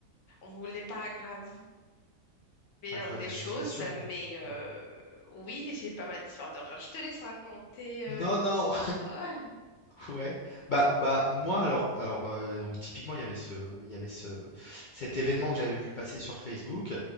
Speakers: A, on the left; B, on the left.
A: On voulait pas aggraver les
B: aggraver la
A: choses,
B: situation,
A: mais
B: ouais,
A: euh,
B: ouais.
A: oui, j'ai pas mal d'histoires d'horreur. Je te laisse raconter euh,
B: Non,
A: une
B: non!
A: histoire. Ah.
B: Ouais, bah bah moi alors alors euh, donc typiquement il y avait ce il y avait ce cet événement que j'avais vu passer sur Facebook